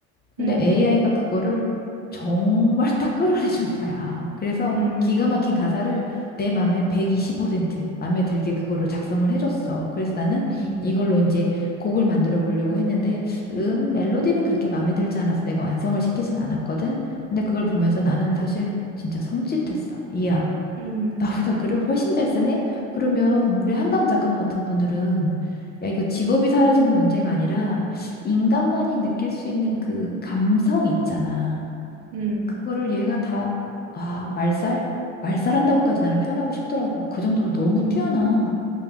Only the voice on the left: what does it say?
근데
AI가 그거를 정말 딱 끌어내준 거야. 그래서
기가 막힌 가사를 내 마음에 120% 마음에 들게 그거를 작성을 해줬어. 그래서 나는
이걸로 이제 곡을 만들어 보려고 했는데, 음, 멜로디는 그렇게 마음에 들지 않아서 내가 완성을 시키진 않았거든. 근데 그걸 보면서 나는 사실 진짜 섬찟했어. 이야,
나보다 글을 훨씬 잘 쓰네? 그러면 우리 한강 작가 같은 분들은 야, 이거 직업이 사라지는 문제가 아니라 인간만이 느낄 수 있는 그 감성 있잖아.
그거를 얘가 다, 아, 말살? 말살한다고까지 나는 표현하고 싶더라고. 그 정도로 너무
뛰어나.